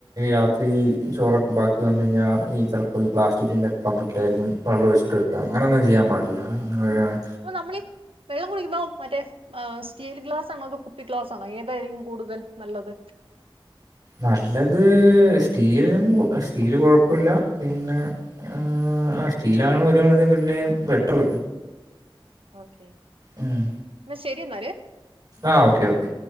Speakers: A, on the right; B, on the right.
A: രാത്രി ചോറൊക്കെ ബാക്കി വന്നഴിഞ്ഞാൽ ഈ ചെലപ്പോ ഈ പ്ലാസ്റ്റിക്കിന്റെ പാത്രത്തിലായിരിക്കും വെള്ളം ഒഴിച്ചിട്ട് വെക്ക അങ്ങനൊന്നും ചെയ്യാൻ പാടില്ല ആ
B: അപ്പൊ നമ്മളീ വെള്ളം കുടിക്കുമ്പൊ മറ്റേ ആ സ്റ്റീൽ ഗ്ലാസാണോ അതൊ കുപ്പി ഗ്ലാസാണോ ഏതായിരിക്കും കൂടുതൽ നല്ലത്
A: നല്ലത് സ്റ്റീലും സ്റ്റീല് കൊഴപ്പില്ല പിന്ന ആഹ് ആഹ് സ്റ്റീലാണ് ഒരു കണക്കിന് പിന്നേം ബെറ്റർ
B: ഓക്കെ
A: ഉം
B: എന്നാ ശരിന്നാല്
A: ആഹ് ഓക്കെ ഓക്കെ